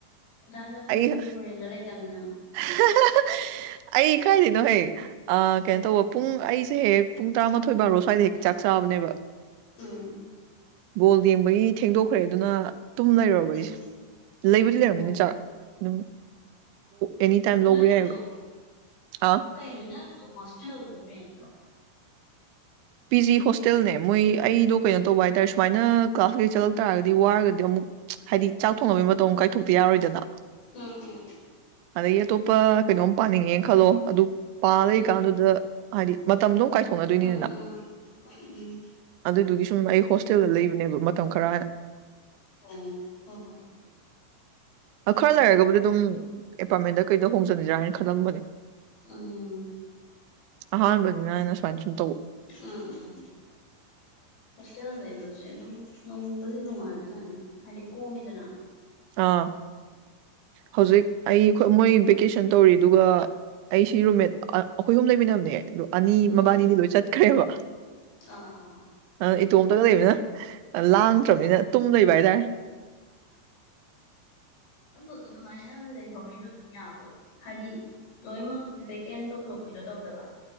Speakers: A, on the left; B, on the right.
A: ꯥꯟ ꯆꯥꯊꯣꯛꯑꯎ
B: ꯑꯩ
A: ꯑꯩꯈꯣꯏꯗꯤ ꯐꯣꯔꯦꯟꯗ ꯂꯩꯇꯕꯅꯤꯅ
B: <inaudible> ꯑꯩ ꯀꯥꯏꯗꯅꯣ ꯍꯦꯛ ꯑ ꯀꯩꯅꯣ ꯇꯧꯕ ꯄꯨꯡ ꯑꯩꯁꯦ ꯍꯦꯛ ꯄꯨꯡ ꯇꯔꯥꯃꯥꯊꯣꯏ ꯕꯥꯔꯣ ꯁ꯭ꯋꯥꯏꯗ ꯍꯦꯛ ꯆꯥꯛ ꯆ ꯐꯅꯦꯕ
A: ꯑ
B: ꯕꯣꯜ ꯌꯦꯡꯕꯒꯤ ꯊꯦꯡꯗꯣꯛꯈ꯭ꯔꯦ ꯑꯗꯨꯅ ꯇꯨꯝ ꯂꯩꯔꯔꯕ
A: ꯎꯝ
B: ꯑꯩꯁꯦ ꯂꯩꯕꯨꯗꯤ ꯂꯩꯔꯝꯒꯅꯤ
A: ꯎꯝ
B: ꯆꯥꯛ ꯑꯗꯨꯝ ꯑꯦꯅꯤ ꯇꯥꯏꯝ ꯂꯧꯕ
A: ꯅꯣꯏꯣꯏꯗꯣ
B: ꯌꯥꯏꯑꯕ ꯑꯥ
A: ꯀꯩꯅꯩꯅꯣ ꯅꯪꯗꯣ ꯍꯣꯁꯇꯦꯜ ꯑꯣꯏꯣ ꯔꯦꯟꯂꯣ <inaudible>
B: ꯄꯤ ꯖꯤ ꯍꯣꯁꯇꯦꯜꯅꯦ ꯃꯣꯏ ꯑꯩꯗꯣ ꯀꯩꯅꯣ ꯇꯧꯕ ꯍꯥꯏꯇꯥꯔꯦ ꯁꯨꯃꯥꯏꯅ ꯀ꯭ꯂꯥꯁ ꯀꯩ ꯆꯠꯂꯛ ꯇꯥꯔꯒꯗꯤ ꯋꯥꯔꯒꯗꯤ ꯑꯃꯨꯛ ꯍꯥꯏꯗꯤ ꯆꯥꯛ ꯊꯣꯡꯅꯕꯒꯤ ꯃꯇꯧ ꯑꯃ ꯀꯥꯏꯊꯣꯛꯇ ꯌꯥꯔꯣꯏꯗꯅ
A: ꯎꯝ ꯎꯝ
B: ꯑꯗꯒꯤ ꯑꯇꯣꯞꯄ ꯀꯩꯅꯣꯝ ꯄꯥꯅꯤꯡꯉꯦꯅ ꯈꯜꯂꯣ ꯑꯗꯨ ꯄꯥ
A: ꯎꯝ
B: ꯂꯩꯀꯥꯟꯗꯨꯗ ꯍꯥꯏꯗꯤ ꯃꯇꯝꯗꯣ ꯀꯥꯏ ꯣꯡꯅꯗꯣꯏꯅꯤꯗꯅ
A: ꯎꯝ ꯎꯝ ꯎꯝ
B: ꯑꯗꯨꯗꯨꯒꯤ ꯁꯨꯝ ꯑꯩ ꯍ ꯆꯠꯆꯒ ꯂꯩꯕꯅꯦꯕ ꯃꯇꯝ ꯈꯔꯅ
A: ꯑꯣ ꯍ ꯍꯣ
B: ꯈꯔ ꯂꯩꯔꯒꯕꯨꯗꯤ ꯑꯗꯨꯝ ꯑꯦꯄꯥꯔꯠꯃꯦꯟꯗ ꯀꯩꯗ ꯍꯣꯡꯖꯅꯤꯗ꯭ꯔꯥ ꯍꯥꯏꯅ ꯈꯜꯂꯝꯕꯅꯦ
A: ꯑꯝ
B: ꯑꯍꯥꯟꯕꯅꯤꯅ ꯑꯩꯅ ꯁꯨꯃꯥꯏꯅ ꯁꯨꯝ ꯇꯧ
A: ꯎ ꯎ ꯍꯁꯖꯥꯏꯕꯖꯠ ꯑꯗꯨꯝ ꯅꯨꯡꯕꯨꯗꯤ ꯅꯨꯡꯉꯥꯏꯕ ꯆꯥꯅꯤꯗꯣ ꯍꯥꯏꯗꯤ ꯀꯣꯝꯃꯤꯗꯅ
B: ꯑꯥ ꯍꯧꯖꯤꯛ ꯑꯩ ꯃꯣꯏ ꯚꯦꯀꯦꯁꯟ ꯇꯧꯔꯤ ꯑꯗꯨꯒ ꯑꯩꯁꯤ ꯔꯨꯝꯃꯦꯠ ꯑꯩꯈꯣꯏ ꯑꯍꯨꯝ ꯂꯩꯃꯤꯟꯅꯕꯅꯦ ꯑꯗꯨ ꯑꯅꯤ
A: ꯎꯝ
B: ꯃꯕꯥꯅꯤꯗꯤ ꯂꯣꯏ ꯆꯠꯈ꯭ꯔꯦꯕ
A: ꯑꯥ ꯑꯥ
B: ꯑꯗꯨꯅ ꯏꯇꯣꯝꯇꯒ ꯂꯩꯕꯅꯤꯅ ꯂꯥꯡꯗ꯭ꯔꯕꯅꯤꯅ
A: ꯑꯧ
B: ꯇꯨꯝ ꯂꯩꯕ ꯍꯥꯏꯇꯥꯔꯦ
A: ꯑ ꯑꯗꯨꯃꯥꯏꯅ ꯂꯩꯍꯧꯔꯤꯗꯣ ꯝ ꯌꯥꯕ꯭ꯔꯣ ꯍꯥꯏꯗꯤ ꯂꯣꯏꯅꯃꯛ ꯚꯦꯀꯦꯟ ꯇꯧꯊꯣꯛꯄꯤꯗꯣ ꯇꯧꯗꯕ